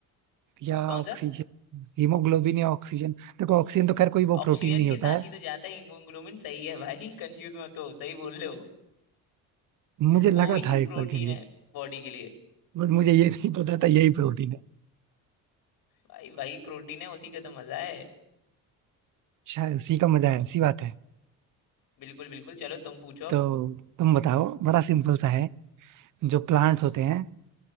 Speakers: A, on the right (about 60°); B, on the left (about 70°).
A: या
B: कौन
A: ऑक्सीजन
B: सा
A: हीमोग्लोबिन या ऑक्सीजन देखो ऑक्सीजन तो खैर कोई वो
B: ऑक्सीजन
A: प्रोटीन नहीं
B: के
A: होता
B: साथ
A: है
B: ही तो जाता है हीमोग्लोबिन सही है भाई कंफ्यूज मत हो सही बोल रहे हो
A: मुझे लगा
B: वो ही
A: था एक
B: प्रोटीन
A: पल के लिए
B: है बॉडी के लिए
A: बट मुझे ये नहीं पता था यही प्रोटीन है
B: भाई वही प्रोटीन है उसी का तो मजा है
A: शायद उसी का मजा है उसी बात है
B: बिल्कुल बिल्कुल चलो तुम पूछो
A: तो तुम बताओ बड़ा सिंपल सा है जो प्लांट्स होते हैं